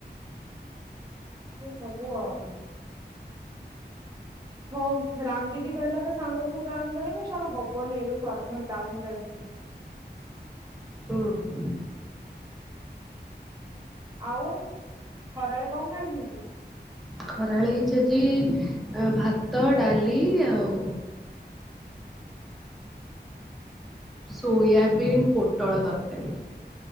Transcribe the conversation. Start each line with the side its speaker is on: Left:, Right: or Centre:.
Right: ଏ ସବୁ ଆଉ। ହଉ, ରାମଦିଦୀ କହିଲା ତ ସାଙ୍ଗକୁ ଜଏନ କରିବୁ ତାର ହବନି ଏବେ ସର୍ଭର ଡାଉନ ଚାଲିଚି।
Centre: ଓହୋ।
Right: ଆଉ ଖରାଳେ କଣ ଖାଇବାକୁ ହେଇଛି।
Centre: ଖରାଳ ହେଇଛି ଆଜି ଭାତ, ଡାଲି ଆଉ ସୋୟବୀନ୍ ପୋଟଳ ତରକାରୀ।